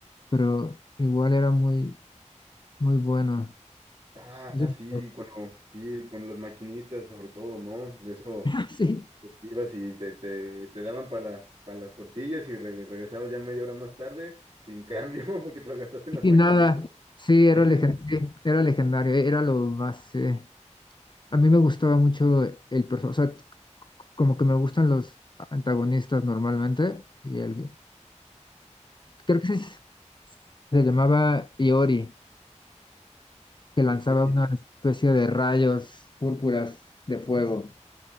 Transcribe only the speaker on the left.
pero igual era muy, muy bueno. <laughs>
No sé si-
<laughs> Sí,
Y
nada, sí,
era
legendario, era legendario, eh, era lo más... eh, a mí me gustaba mucho el personaje, o sea, t- como que me gustan los antagonistas normalmente, y el, creo que se, se llamaba Iori, que lanzaba
una especie de rayos púrpuras de fuego.